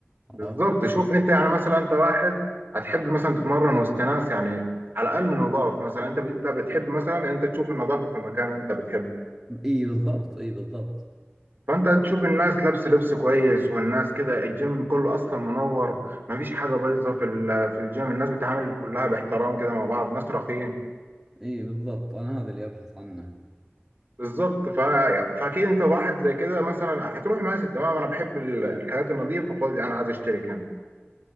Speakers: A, in the centre; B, on the right.
A: عرفت؟
B: بالظبط شوف انت يعني مثلا انت واحد هتحب مثلا تتمرن وسط ناس يعني على الاقل نضاف مثلا انت انت بتحب مثلا انت تشوف النظافه في المكان اللي انت بتحبه
A: اي بالضبط اي بالضبط
B: فانت هتشوف الناس لابسه لبس كويس والناس كده الجيم كله اصلا منور مفيش حاجه بايظه في ال- في الجيم الناس بتعامل كلها باحترام كده مع بعض ناس راقيين
A: اي بالضبط انا هذا اللي ابحث عنه
B: بالظبط ف... فاكيد انت واحد زي كده مثلا هتروح ماسك تمام انا بحب ال- الحياه النظيفه خالص انا عايز اشترك هنا